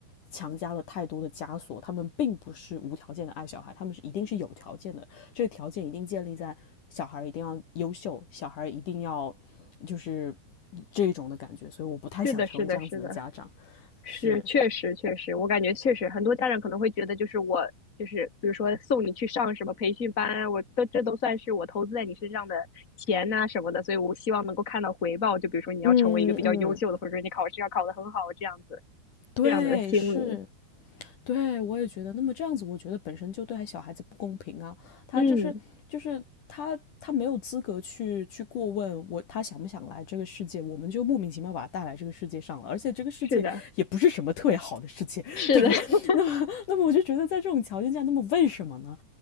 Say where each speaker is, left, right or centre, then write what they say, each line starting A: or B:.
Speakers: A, on the left; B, on the left.
A: 强加了太多的枷锁，他们并不是无条件的爱小孩，他们是一定是有条件的，这个条件一定建立在小孩一定要优秀，小孩一定要就是这种的感觉，所以我不太想成为这样子的家长。
B: 是的，是的，是的。是，
A: 是，
B: 确实确实，我感觉确实很多家长可能会觉得，就是我就是比如说送你去上什么培训班啊我都这都算是我投资在你身上的钱呐、什么的，所以我希望能够看到回报。就比如说你要成为一个比较优秀的，
A: 嗯嗯，
B: 或者说你考试要考得很好这样子，
A: 对，
B: 这样的心理。
A: 是。对，我也觉得。那么这样子，我觉得本身就对小孩子不公平啊。他就是就是他他没有资格去去过问我他想不想来这个世界，
B: 嗯，
A: 我们就莫名其妙把他带来这个世界上了。而且这个世界也不是什么特别好的世界，
B: 是的，是的，
A: 对吧？
B: <laughs>
A: <laughs> 那么那么我就觉得在这种条件下，那么为什么呢？